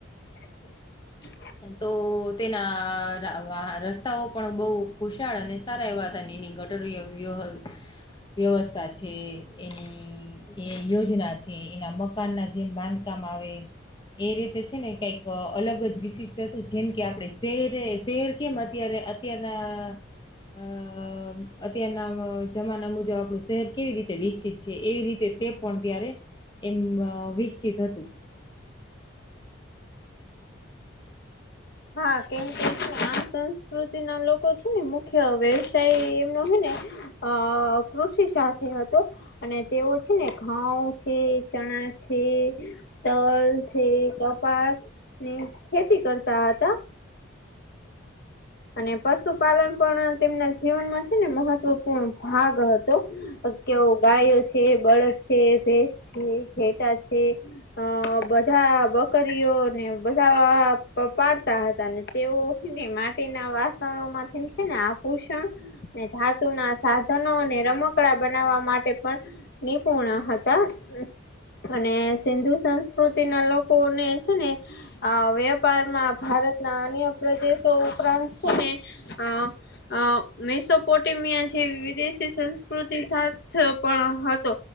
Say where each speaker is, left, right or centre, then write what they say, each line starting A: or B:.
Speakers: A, on the left; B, on the left.
A: <inaudible>
B: તો તેના હા રસ્તાઓ પણ બહું ખુશાળ અને સારા એવા હતા એની ગટર વ્ય વ્યવસ્થા છે એની એ યોજના છે એના મકાન ના જે બાંધકામ આવે એ રીતે છે ને કઈક અલગ જ વિશિષ્ટ હતું જેમ કે આપણે શહેરે શહેર કેમ અત્યારે અત્યારના અ અત્યારના જમાના મુજબ આપણું શહેર કેવી રીતે વિકસિત છે એવી રીતે તે પણ ત્યારે એમ વિકસિત હતું
A: હા કેમ કે છે ને આમ સંસ્કૃતિ ના લોકો છે ને મુખ્ય વ્યવસાય એમનો હેને અ કૃષિ સાથે હતો અને તેઓ છે ને ઘઉં છે ચણા છે. તલ છે કપાસ ની ખેતી કરતા હતા અને પશુપાલન પણ તેમના જીવનમાં છે ને મહત્વપૂર્ણ ભાગ હતો. તેવો ગાયો છે બળદ છે ભેસ છે ઘેટા છે. અ બધા બકરીઓને બધા પાડતા હતા ને તેઓ છે ને માટી ના વાસણોમાંથી છે ને આ ભૂષણ ને ધાતુ ના રમકડા બનાવવા માટે પણ ની પોણા હતા હમ્મ. અને સિંધુ સંસ્કૃતિ ના લોકો ને છે ને આ વેપારમાં ભારતના અન્ય પ્રદેશો ઉપરાંત છે ને આ અ મેસોપોટીમિયા જેવી વિદેશી સંસ્કૃતિ સાથે પણ હતો